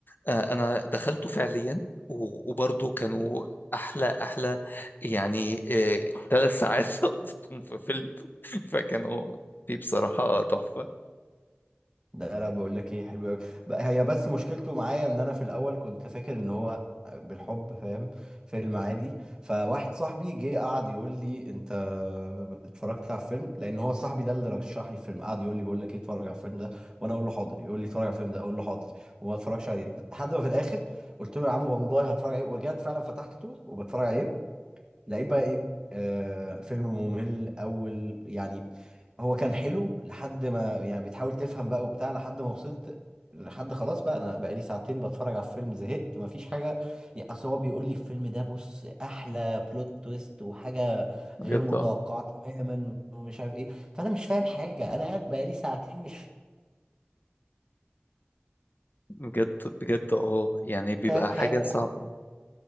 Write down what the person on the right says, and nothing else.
لا لا بقول لك ايه حلو قوي هي بس مشكلته معايا ان انا في الاول كنت فاكر ان هو بالحب فاهم فيلم عادي فواحد صاحبي جه قعد يقول لي انت اتفرجت على الفيلم لان هو صاحبي ده اللي رشح لي الفيلم قعد يقول لي بقول لك ايه اتفرج على الفيلم ده وانا اقول له حاضر يقول لي اتفرج على الفيلم ده اقول له حاضر وما اتفرجش عليه لحد ما في الاخر قلت له يا عم والله هتفرج عليه ورجعت فعلا فتحته وبتفرج عليه لقيت بقى ايه آه فيلم ممل اول يعني هو كان حلو لحد ما يعني بتحاول تفهم بقى وبتاع لحد ما وصلت لحد خلاص بقى انا بقالي ساعتين بتفرج على الفيلم زهقت مفيش حاجه يعني اصل هو بيقول لي الفيلم ده بص احلى بلوت تويست وحاجه
غير متوقعه
تماما ومش عارف ايه فانا مش فاهم حاجه انا قاعد بقالي ساعتين مش
فاهم حاجه